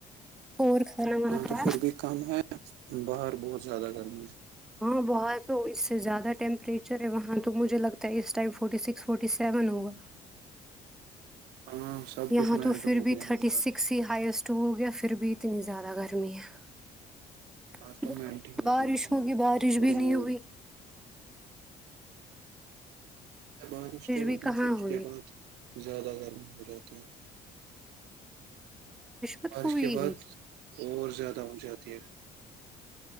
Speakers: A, in the centre; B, on the right.
A: اور کھانا وانا
B: یہاں
A: کھایا
B: تو پھر بھی کم ہے باہر بہت زیادہ گرمی ہے
A: ہاں باہر تو اس سے زیادہ ٹیمپریچر ہے وہاں تو مجھے لگتا ہے اس time forty six forty seven ہوگا
B: ہاں سب
A: یہاں
B: کچھ میلٹ
A: تو پھر
B: ہو
A: بھی
B: گیا
A: تھرٹی
B: ہے باہر
A: سکس ہی ہائسٹ ہو گیا پھر بھی اتنی زیادہ گرمی ہے
B: باہر تو میلٹ ہی ہو
A: بارش
B: گیا ہے سارا
A: ہوگی بارش بھی
B: روڈ
A: نہیں ہوئی
B: بارش تو ہوگی
A: بھی کہاں
B: پھر اس
A: ہوئی
B: کے بعد زیادہ گرمی ہو جاتی ہے
A: مت
B: بارش
A: ہوئی
B: کے بعد
A: ہی
B: اور زیادہ ہو جاتی ہے گرمی